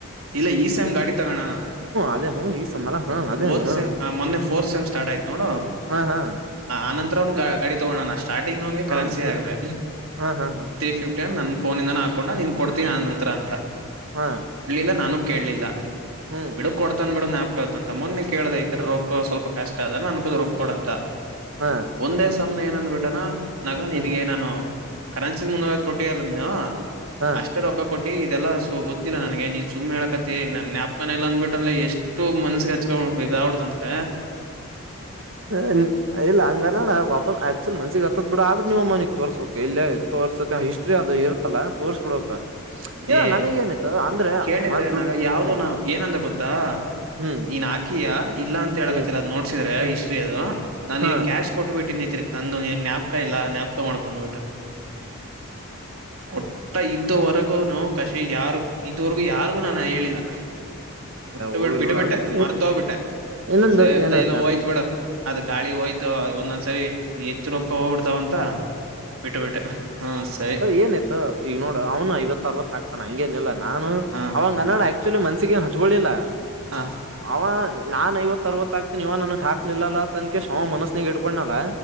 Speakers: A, on the right (about 80°); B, on the right (about 60°).
A: ಇಲ್ಲ ಈ ಸೇಮ್ ಗಾಡಿ ಗಣ
B: ಅದೇ ಹ್ಮ ಈ ಸಮ್ಮಲ ಹಾ ಅದೇ
A: ಒದ್
B: ಅಂದ
A: ಸೆಮ್ ಮೊನ್ನೆ ಫೋರ್ತ್ ಸಮ್ ಸ್ಟಾರ್ಟ್ ಆಯ್ತು ನೋಡು
B: ಹ ಹಾ
A: ಆನಂತ ತ್ರ ಗಾಡಿ ತಗೊಂಡವನೇನಷ್ಟ ಸ್ಟಾರ್ಟಿಂಗ್ ಅವನ್ಿಗೆ
B: ಹಾ
A: ಕರೆನ್ಸಿ ಆಗಿದೆ
B: ಹಾ ಹಾ ಹಾ ಹಾ
A: ತ್ರೀ ಫಿಫ್ಟಿ ಅಂದ ನನ್ ಫೋನಿಂದ ಹಾಕೊಂಡ ನಿನ್ ಕೊಡ್ತೀವಿನಿ ನನ್ನ ಅನಂತ್ರ ಅಂತ.
B: ಹಾ
A: ಟ ನಾನು ಕೇಳಲಿಲ್ಲ.
B: ಹ್ಮ್
A: ಬಿಡು ಕೊಡ್ತನ್ ಬಿಡು ನಪ ಅಂತ ಮೊನ್ನೆ ಕೇಳಿದ ಈ ತರ ರೊಕ್ಕ ಸ್ವಲ್ಪ ಕಷ್ಟ ಅದ ನನಗು ಅಂತ ರೊಕ್ಕ ಕೊಡ ಅಂತ.
B: ಹಾ
A: ಒಂದೇ ಸಾಸ್. ಸಾಮ್ನೆ ಏನಂದ್ಬಿಟ್ಟನಾ ನಗ ನಿನಗೆ
B: ಹ್ಮ್
A: ನಾನು ಕರೆನ್ಸಿ ಮುನ್ನೂರೈವತ್ತು ಕೊಟ್ಟಿಯಲ್ಲ ನೀನು
B: ಹಾ
A: ಅಷ್ಟ ರೊಕ ಕೊಟ್ಟು ಏ ಇದೆಲ್ಲ ಸೊ ಗೊತ್ತಿಲ್ಲ ನನಗೆ ನೀ ಸುಮ್ಮ ಹೇಳಕತಿ ನಂಗ ಜ್ಞಾಪಕ ಇಲ್ಲ ಅಂದಬಿಟ್ಟ ಲೇ ಎಷ್ಟು- ಇಷ್ಟು ಮನಸ್ಸಿಗೆ ಹಚ್ಕೊಂಡ ಇದಾಗಿ ಬಿಡ್ತು ಅಂದ್ರೆ.
B: ಹ ಇಲ್ಲ ಹಂಗ ನೋಡ ವಾಪಸ್ ಆಕ್ಚುಲಿ ಮನ್ಸಿಗೆ ಹತ್ತದ್ ಬಿಡ ಆದ್ರೆ ನೀವ ಮನೆಗ್ ತೋರ್ಸೋಕು ಇಲ್ಲೇ ತೋರಸತ ಹಿಸ್ ಅದು ಇರುತ್ತಲ್ಲ ತೋರ್ಸ್ ಬಿಡ್ಬೇಕೂ ಇಲ್ಲ
A: ಏ
B: ನನಗ ಏನಿತ್ತು ಅಂದ್ರೆಅವ
A: ಕೇಳಿದ್ರೆ
B: ದುಡ್ಡು
A: ನಾಗ ಯಾವ್ದೋ
B: ಹ್ಮ್.
A: ನಾನು ಏನಂದ ಗೊತ್ತಾ.
B: ಹ್ಮ್
A: ನೀನ್ ಹಾಕಿಯಾ ಇಲ್ಲಾ ಅಂತ ಹೇಳಕತ್ತಿಲ್ಲ
B: ಹ್ಮ್
A: ಅದ್ ನೋಡ್ಸಿದ್ರೆ
B: ಹ್ಮ್
A: ಹಿಸ್ಟ್ರಿ ಅದು ನಾನ್ ನಿನ್ಗೆ
B: ಹಾ
A: ಕ್ಯಾಶ್ ಕೊಟ್ಬಿಟ್ಟ ತಿರ್ ತಂದುಗ ಜ್ಞಾಪಕ ಇಲ್ಲ ನ್ಯಾಪಕಾ ಮಾಡ್ಕೊಂಡ್ಬಿಟ್ಟ. <unintelligible> ಇದ್ದುವರೆಗೂ ನೋವು ಕಷ್ಟ ಎ ಯಾರು ಇದುವರೆಗೂ ಯಾರಿಗೂ ನಾನು ಹೇಳಿಲ್ಲ. ಉಟ್ಟು
B: ಹೋಗಲ್ವ
A: ಬಿಡ್ ಬಿಟ್ಟಬಿಟ್ಟೆ
B: ಅಂದ್ರೆ
A: ಮರ್ತೋಗ್ಬಿಟ್ಟ
B: ಇನ್ನೊಂದು
A: ಸರಿ ಅಂತ
B: ಏನತ್ತ
A: ಎಲ್ಲ ಹೋಯ್ತು ಬಿಡು. ಅದ ಗಾಳಿ ಹೋಯ್ತು ಒಂದೊಂದ್ಸರಿ ಹೆಚ್ಚು ರೊಕ್ಕ ಹೋಗ್ಬಿಡ್ತಾವಂತ. ಬಿಟ್ಟು ಬಿಟ್ಟೇ ಹಾ ಸರಿ.
B: ಏನಾಯ್ತೊ ಈಗ ನೋಡ ಅವನು ಐವತ್ ಅರವತ್ ಹಾಕ್ತಾನ ಹಂಗೇನಿಲ್ಲ. ನಾನು
A: ಹಾ
B: ಅವಂಗ ಅನ್ನಣ್ಣ ಆಕ್ಚುಲಿ ಮನ್ಸಿಗೆಗೇನ್ ಹಚ್ಕೊಳ್ಳಳಿಲ್ಲ
A: ಹ
B: ಅವ ನಾನ ಐವತ್ತು ಅರವತ್ತ ಗ ನೀವ ನನಗ್ ಹಾಕ್ಲಿಲ್ಲಲ್ಲ ಅಂತ ಅಂಕೇಸಿ ಅವ ಮನಸ್ಸನಿಗೆ ಇಟ್ಕೊಂಡಲ್ಲ